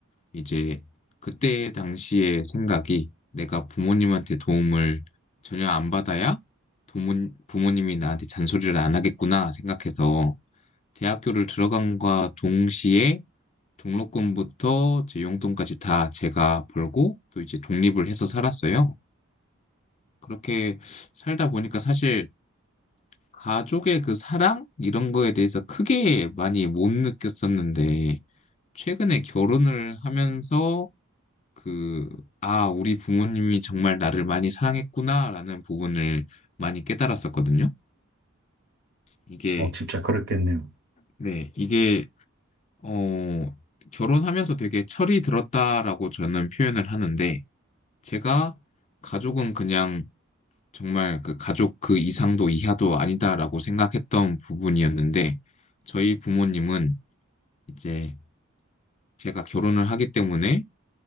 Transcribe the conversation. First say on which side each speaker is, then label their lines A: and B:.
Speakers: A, on the left; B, on the right.
A: 이제 그때 당시의 생각이 내가 부모님한테 도움을 전혀 안 받아야 부모, 부모님이 나한테 잔소리를 안 하겠구나 생각해서 대학교를 들어간과 동시에 등록금부터 제 용돈까지 다 제가 벌고 또 이제 독립을 해서 살았어요. 그렇게 살다 보니까 사실 가족의 그 사랑 이런 거에 대해서 크게 많이 못 느꼈었는데 최근에 결혼을 하면서 그, 아, 우리 부모님이 정말 나를 많이 사랑했구나라는 부분을 많이 깨달았었거든요. 이게,
B: 어, 진짜 그렇겠네요.
A: 네, 이게, 어, 결혼하면서 되게 철이 들었다라고 저는 표현을 하는데, 제가 가족은 그냥 정말 그 가족 그 이상도 이하도 아니다라고 생각했던 부분이었는데, 저희 부모님은 이제 제가 결혼을 하기 때문에